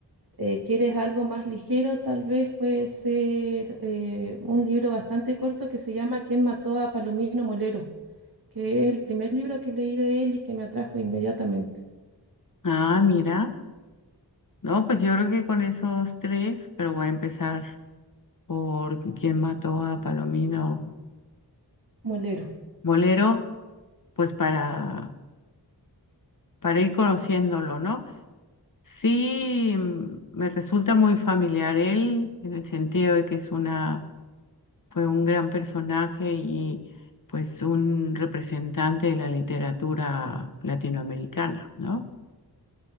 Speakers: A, on the right (about 60°); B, on the left (about 50°).
A: eh, quieres algo más ligero, tal vez puede ser eh, un libro bastante corto que se llama ¿Quién mató a Palomino Molero? que es el primer libro que leí de él y que me atrajo inmediatamente.
B: Ah, mira, no, pues yo creo que con esos tres, pero voy a empezar por quién mató a Palomino
A: Molero.
B: Molero, pues para, para ir conociéndolo, ¿no? Sí, mm, me resulta muy familiar él, en el sentido de que es una, fue un gran personaje y pues un representante de la literatura latinoamericana, ¿no?